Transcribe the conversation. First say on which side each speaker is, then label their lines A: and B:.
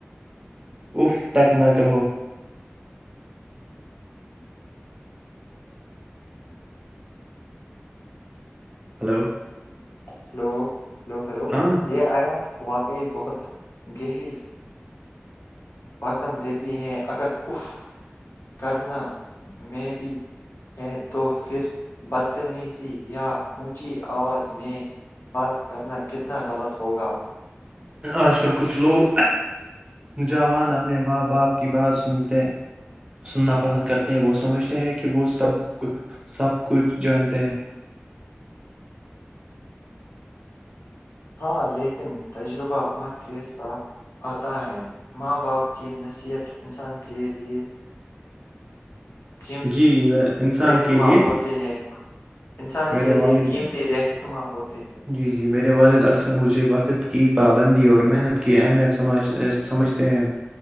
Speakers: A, on the right (about 25°); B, on the left (about 75°).
A: اف تک نہ کہو ہلو
B: ہلو ہلو ہلو
A: ہاں
B: یہ آیات واقعی بہت گہری اقدم دیتی ہے اگر اف کرنا میں بھی ہے تو پھر بدتمیزی یا اونچی آواز میں بات کرنا کتنا غلط ہوگا
A: آج کل کچھ لوگ نو جوان اپنے ماں باپ کی بات سنتے سننا پسند کرتے ہیں وہ سمجھتے ہیں کہ وہ سب سب کچھ جانتے ہیں
B: ہاں لیکن تجربہ عمر کے ساتھ آتا ہے ماں باپ کی نصیحت انسان کے لیئے قیمتی
A: جی ن- انسان
B: رہنما
A: کے لیے
B: ہوتے ہیں انسان
A: میرے
B: کے لیے
A: والد
B: قیمتی رہنما ہوتے ہیں
A: جی جی میں والد اکثر مجھے وقت کی پابندی اور محنت کی اہمیت سمج سمجھتے ہیں